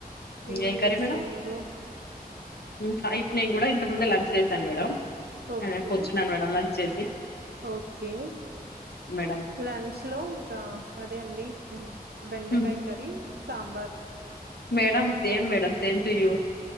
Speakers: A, on the right; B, on the left.
A: మీరేం
B: ఏం కర్రీ
A: చేస్తున్నారు
B: మేడం ఫ్రై నేను కూడా ఇంత ముందే లంచ్ చేశాను మేడం
A: ఓకే
B: కూర్చున్నాను మేడం లంచ్ చేసి
A: ఓకే
B: మేడం
A: లంచ్ లో ఇంకా అదే అండి బెండకాయ
B: హ్మ్.
A: curry sambar
B: madam same madam same to you